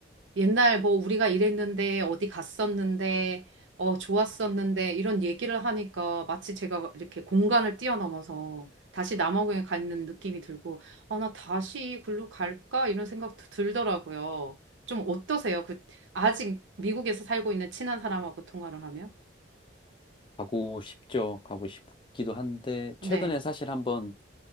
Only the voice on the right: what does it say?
옛날 뭐 우리가 이랬는데 어디 갔었는데 어 좋았었는데 이런 얘기를 하니까 마치 제가 이렇게 공간을 뛰어넘어서 다시 남아공에 가 있는 느낌이 들고 아 나 다시 글로 갈까 이런 생각도 들더라고요. 좀 어떠세요? 그 아직 미국에서 살고 있는 친한 사람하고 통화를 하면?
네.